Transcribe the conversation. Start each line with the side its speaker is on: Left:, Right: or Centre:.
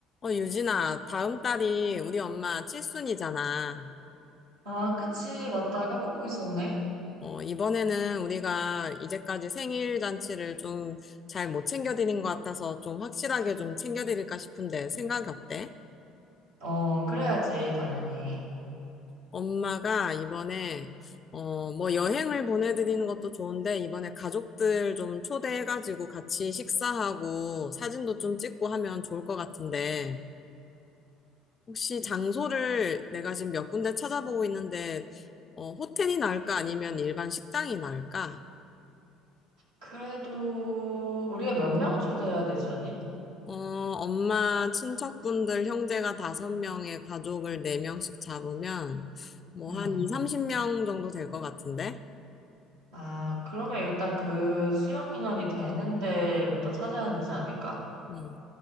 Left: 어, 유진아, 다음 달이 우리 엄마 칠순이잖아.
Right: 아, 그치. 맞다. 까먹고 있었네.
Left: 어, 이번에는 우리가 이제까지 생일 잔치를 좀 잘 못 챙겨드린 것 같아서 좀 확실하게 좀 챙겨드릴까 싶은데 생각이 어때?
Right: 어, 그래야지, 당연히.
Left: 엄마가 이번에, 어, 뭐 여행을 보내드리는 것도 좋은데 이번에 가족들 좀 초대해가지고 같이 식사하고 사진도 좀 찍고 하면 좋을 것 같은데. 혹시 장소를 내가 지금 몇 군데 찾아보고 있는데, 어, 호텔이 나을까? 아니면 일반 식당이 나을까?
Right: 그래도, 우리가 몇 명 초대해야 되지, 언니?
Left: 어, 엄마, 친척분들, 형제가 다섯 명의 가족을 네명씩 잡으면, 뭐,
Right: 응.
Left: 한 2, 30명 정도 될 것 같은데?
Right: 아, 그러면 일단 그 수용 인원이 되는 데부터 찾아야 되지 않을까?
Left: 음.